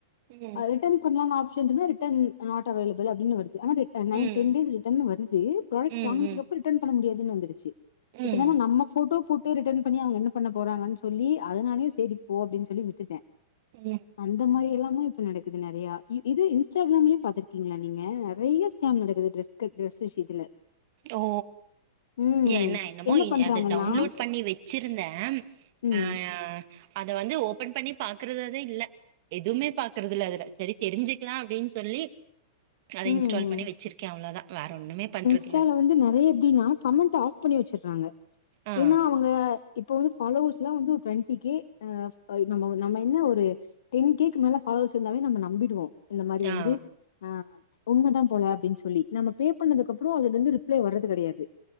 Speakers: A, on the right; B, on the left.
A: ம்
B: அது ரிட்டன் பண்லான்னு ஆப்ஸ் ரிட்டன் இருந்தா ரிட்டன் நாட் அவைலபிள் அப்டின்னு வருது து ஆனா ரிட் ஆ நைன்
A: ம்
B: டென் டேஸ் ரிட்டர்ன்னு வருது ப்ராடக்ட்
A: ம்
B: வாங்குனதுக்கு
A: ம்
B: அப்றோ ரிட்டன் பண்ண முடியாது <unintelligible> வந்துடுச்சு இப்ப
A: ம்
B: என்னன்னா நம்ம ஃபோட்டோ போட் ட்டு ரிட்டன் பண்ணி அவங்க என்ன பண்ணப் போறாங்கன்னு சொல்லி அதனாலயே சேரி போ அப்டின்னு சொல்லி விட் ட்ருக்கேன்
A: ம்
B: அந்த மாரி எல்லா இது மாரி இப்ப நடக்குது நெறையா இது இன்ஸ்டாகிராம்லயு பாத்துருக்கீங்களா நீங்க நெறைய ஸ்கேம் நடக்குது டிரெஷ்கு டிரெஸ் விஷயத்துல
A: ஓ
B: ம்
A: என்ன என்னமோ
B: பண்றாங்கன்னா
A: அது டவுன்லோட் பண்ணி வச்சிருந்தேன்
B: ம்
A: அஹ் அத வந்து ஓப்பன் பண்ணி பாக்குறதாவே இல்ல எதுவுமே பாக்குறதுல்ல அதுல சரி தெரிஞ்சுக்கலாம் அப்டின்னு சொல்லி அத
B: ம்
A: இன்ஸ்டால் பண்ணி வச்சிருக்கேன் அவ்ளோதான் வேற ஒண்ணுமே பண்றத்
B: ஸ்டால வந்து நெறைய எப்டின்னா கமெண்ட் ஆஃப் பண்ணி வச்சற்றாங்க
A: ஆ
B: ஏன்னா அவங்க ப்ப இப்ப வந்து பாலோவர்ஸ்லாம் வந்து ட்வெண்டி கே ஹ நம்ம-நம்ம என்ன ஒரு டென் கேக்கு மேல ஃபாலோவர்ஸ் இருந்தாலே நம்ம நம்பிடுவோ இந்த மாரி வந்து
A: ஆ
B: ஆஹ் உண்மதான் போல அப்டின் சொல்லி நம்ம பே பண்ணதுக்கப்புறம் அதுலருந்து ரிப்ளை வரது கெடையாது